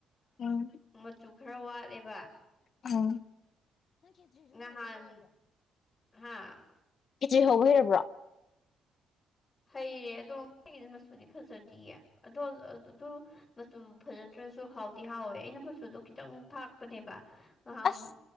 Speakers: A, on the left; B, on the left.
A: ꯎꯝ
B: ꯃꯆꯨ ꯈꯔ ꯋꯥꯠꯂꯦꯕ
A: ꯎꯡ
B: ꯉꯍꯥꯟ ꯍꯥꯥ
A: ꯈ‌ꯦꯆ꯭ꯔꯤ ꯍꯧꯕ ꯍꯩꯔꯕ꯭ꯔꯣ
B: ꯍꯩꯔꯦ ꯑꯗꯣ ꯑꯩꯒꯤꯗꯤ ꯃꯆꯨꯗꯤ ꯐꯖꯗꯤꯌꯦ ꯑꯗꯣ ꯑꯗꯨ ꯃꯆꯨ ꯐꯖꯗ꯭ꯔꯁꯨ ꯍꯥꯎꯗꯤ ꯍꯥꯎꯋꯦ ꯑꯩꯅ ꯃꯆꯨꯗꯣ ꯈꯤꯇꯪ ꯊꯥꯛꯄꯅꯦꯕ ꯉꯍꯥꯝ
A: ꯑꯁ